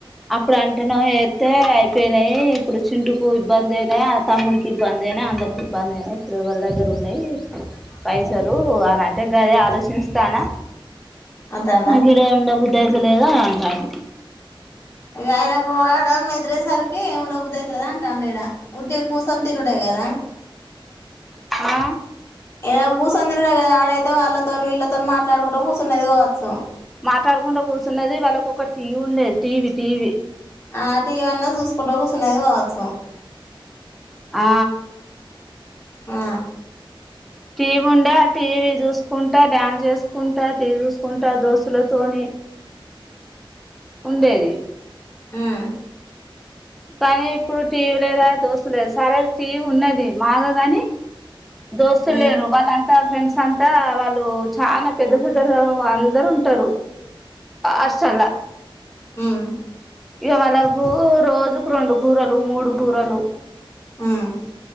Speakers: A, in the centre; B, on the left.
A: అప్పుడు అంటేన ఏతే అయిపోయినాయి ఇప్పుడు చింటుకు ఇబ్బంది అయినా తమ్ముకి ఇబ్బంది అనా అందరికి ఇబ్బంది అయినా ఇప్పుడు ఎవరి దగ్గర ఉన్నాయి పైసరు అన అంటే గరే ఆలోచిస్తానా
B: అంటాండా
A: నాకిడ ఉడా బుద్ దజలేద అంటాడు
B: ఇ ఆయనకుడం ఎదిరేసరికి ఏమిండబుదువుతుదా అంట అండేడా ఉంట కూర్చొని తినుడా కదా
A: ఆ
B: ఏద ఊ సంద ఆడైతే వాళ్ళతో వీళ్ళతో మాట్లాడుకుండా కూర్చునేది కావచ్చు
A: మాట్లాడుకుంటూ కూర్చున్నది వాళ్ళకు ఒక టీవీ ఉండేది టీవీ టీవీ
B: ఆ టీవీ అన్నా చూసుకుంటా కూర్చునేది కావసం
A: ఆ
B: ఆ
A: టీవీ ఉండ టీవీ చూసుకుంటా డ్యాన్స్ చేసుకుంటా టీ చూసుకుంటా దోస్తులతోని ఉండేది
B: హుమ్
A: కానీ ఇప్పుడు టీవీ లేదా దోస్తు లేదా సరే టీవీ ఉన్నది బాగ కాని దోస్తుల్
B: ఉమ్
A: లేరు వాళ్ళంతా ఫ్రెండ్స్ ఇంకంతా వాళ్ళు చాలా పెద్ద పెద్దలు అందరు ఉంటారు హాస్టల్లా
B: హుమ్
A: ఇక వాళ్ళకు రోజుకు రెండు కూరలు మూడు కూరలు
B: హుమ్